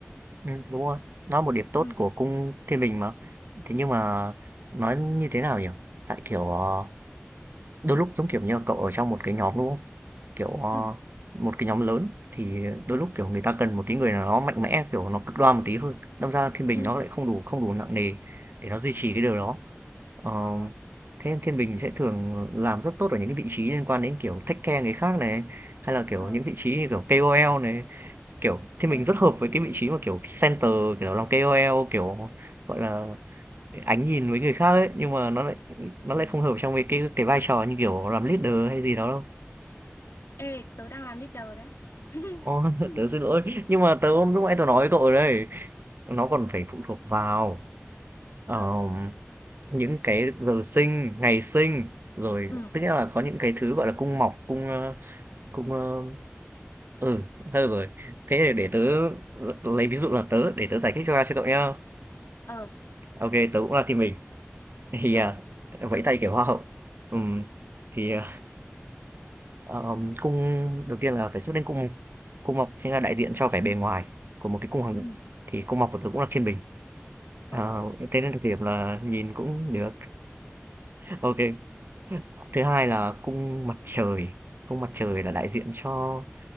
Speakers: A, on the right; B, on the left.
A: ừm, đúng rồi, nó là một điểm tốt
B: Ừ.
A: của Cung Thiên Bình mà. Thế nhưng mà nói như thế nào nhỉ? Tại kiểu, ờ, đôi lúc giống kiểu như là cậu ở trong một cái nhóm đúng không? Kiểu, ờ,
B: Ừ,
A: một cái nhóm lớn thì đôi lúc kiểu người ta cần một cái người nào đó mạnh mẽ, kiểu nó cực đoan một tí hơn. Đâm ra Thiên Bình
B: ừ,
A: nó lại không đủ không đủ nặng nề để nó duy trì cái điều đó. Ờ,
B: ờ,
A: thế Thiên Bình sẽ thường làm rất tốt ở những cái vị trí liên quan đến, kiểu, take care người khác này, hay là, kiểu,
B: ờ,
A: những vị trí như, kiểu, KOL này. Kiểu, Thiên
B: ờ,
A: Bình rất hợp với cái vị trí mà, kiểu, center, kiểu, làm KOL, kiểu, gọi là, ánh nhìn với người khác ấy, nhưng mà nó lại nó
B: ừ.
A: lại không hợp trong cái cái cái vai trò như, kiểu, làm leader hay gì đó đâu.
B: Ê, tớ đang làm leader đấy. <laughs>
A: Ô, <laughs> tớ xin lỗi, nhưng mà tớ lúc nãy tớ nói với cậu rồi đấy, nó còn phải phụ thuộc vào, ờ
B: Ờ,
A: Những cái giờ sinh, ngày sinh, rồi
B: ừ,
A: tức nghĩa là có những cái thứ, gọi là, cung mọc, cung, ơ, cung, ơ ừ, thôi rồi. Thế thì để tớ lấy ví dụ là tớ, để tớ giải thích cho cho cậu nhá.
B: ờ,
A: Ô kê, tớ cũng là team mình, thì,
B: ờ,
A: à, vẫy tay kiểu hoa hậu. Ừm, thì, à, ờm, cung đầu tiên là phải xuất lên cung cung mọc chính là đại diện cho vẻ bề ngoài của một cái cung hoàng đạo,
B: ừ,
A: thì cung mọc của tớ cũng là thiên bình,
B: ờ,
A: ờ, thế nên đặc điểm là nhìn cũng được. <laughs> ok Thứ hai là cung mặt trời, cung mặt trời là đại diện cho